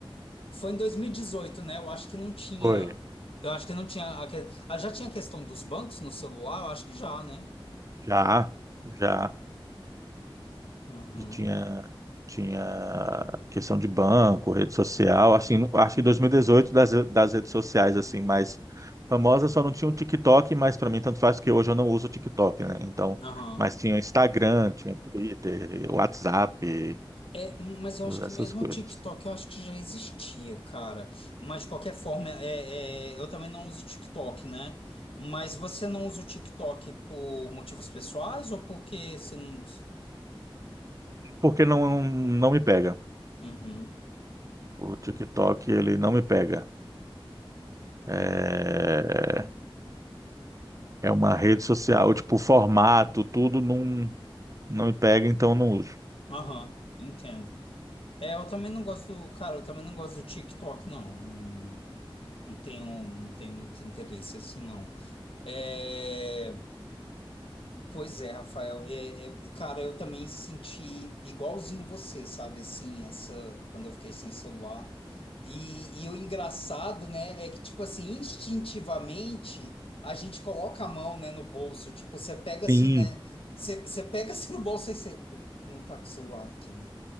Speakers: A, on the left; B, on the right.
A: Foi em 2018, né? Eu acho que não tinha.
B: Foi.
A: Eu acho que não tinha. a que- ah, Já tinha a questão dos bancos no celular? Eu acho que já, né?
B: Já, já.
A: Uhum.
B: E tinha, tinha questão de banco, rede social. Assim, no- acho que em 2018 das, das redes sociais, assim, mais famosas, só não tinha o TikTok, mas para mim tanto faz que hoje eu não uso o TikTok, né? Então,
A: Aham.
B: mas tinha Instagram, tinha Twitter, WhatsApp,
A: É, mas eu
B: todas
A: acho que
B: essas
A: mesmo
B: coisas.
A: o TikTok, eu acho que já existia, cara. Mas de qualquer forma, é, é, eu também não uso TikTok, né? Mas você não usa o TikTok por motivos pessoais ou porque você não.
B: Porque não, não me pega.
A: Uhum.
B: O TikTok, ele não me pega. É... É uma rede social, tipo, o formato, tudo não, não me pega, então não uso.
A: Aham, entendo. É, eu também não gosto do. Cara, eu também não gosto do TikTok, não. Não. Não tenho, não tenho muito interesse assim, não. É, Pois é, Rafael. É, é, Cara, eu também senti igualzinho você, sabe? Assim, essa quando eu fiquei sem celular. E, e o engraçado, né, é que, tipo assim, instintivamente a gente coloca a mão, né, no bolso. Tipo, você pega assim,
B: Sim,
A: né? Você, você pega assim no bolso e você, pô, não tá com o celular aqui, né?